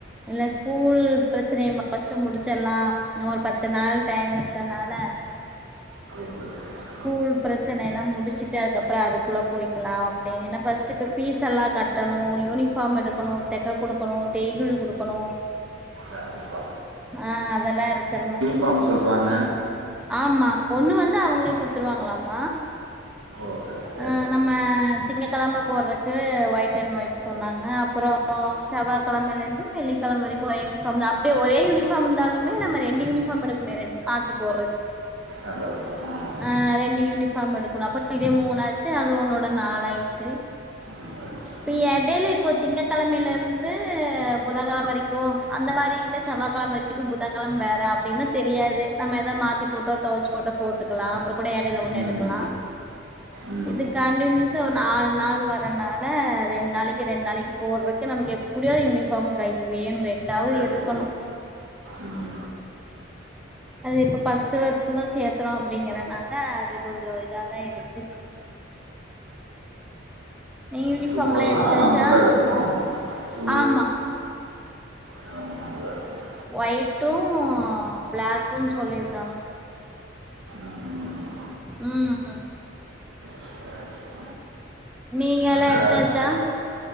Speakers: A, in the centre; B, on the right.
A: இல்ல ஸ்கூல் பிரச்சனைய பஸ்ட்டு முடிச்சுறலா இன்னு ஒரு பத்து நாள் டைம் இருக்கனால
B: உ
A: ஸ்கூல் பிரச்சனை எல்லா முடிச்சுட்டு அதுக்கப்புற அதுக்குள்ள போயிக்கலா அப்டின்னு ஏன்னா ஃபர்ஸ்ட் இப்ப பீஸ் எல்லா க கட்டணு யூனிபார் எடுக்கணு தெக்க கொடுக்கணு தேய்கூலி கொடுக்கணு
B: கண்டிப்பா
A: ஆ அதெல்லா இருக்குறன
B: ஃபம் சொல்றாங்க
A: ஆமா ஒண்ணு வந்து அவங்களே குடுத்துருவாங்களாம
B: ஓகே ஓகே
A: ஆ நம்ம திங்க கிழம போடுறக்கு ஒயிட் அண்ட் ஒயிட் சொன்னாங்க அப்புறோ ஆ செவ்வா கிழம இருந்து வெள்ளிக்கிழம வரை ஒரே யூனிபார்ம் தா அப்டிய ஒரே யூனிபார்ம் இருந்தலுமே நம்ம ரெண்டு யூனிஃபார்ம் எடு கணுமே மாத்தி போறக்கு
B: அதான் அதான்.
A: ஆ ரெண்டு யூனிஃபார் எடுக்கணு அப்ப இதே மூணு ஆச்சு அது ஒன்னோட நாலாயச்சு
B: <inaudible>
A: இப்ப எடயில இப்ப திங்ககெழமையில இருந்து புதன்கெழமை வரைக்கு அந்தக் மாரி இல்ல செவ்வாய்கிழம வரைக்கு இது புதங்கழ வேற அப்டின்னு தெரியாது நம்ம எதோ மாத்தி போட்டோ தோச் கொண்ட போட்டுக்கலா அப்புற கூட எடையில ஒண்ணு
B: ம்.
A: எடுக்கலா
B: ம் ம்
A: இது கண்டனியூஸா ஒரு நாலு நாள் வரறனால ரெண்டு நாளைக்கி ரெண்டு நாளைக்கி போடறக்கு நமக்கு எப்டியோ யூனிஃபார்ம் கைக்குவேன்னு ரெண்டாவது
B: ரைட்
A: எடுக்கணு
B: ம்
A: அது இப்ப பஸ்டு வரஷோதா சேத்துறோ அப்டிங்கறனால அது கொஞ்சோ இதாதா இருக்கு நீ யூனிபார்ம்
B: ஷூவெல்லாம்
A: எல்லாம எடுத்தாச்சா
B: நம்ம தான் எடுக்கணும் ஷூ
A: ஆமா
B: நம்ம தான் எடுக்கணும்.
A: ஒயிட்டு பிளாக்குன்னு சொல்லியிருக்காங்க
B: ம்.
A: ம்
B: சரி, சரி.
A: நீங்க எல்லா
B: அக்கா
A: எடுத்தாச்சா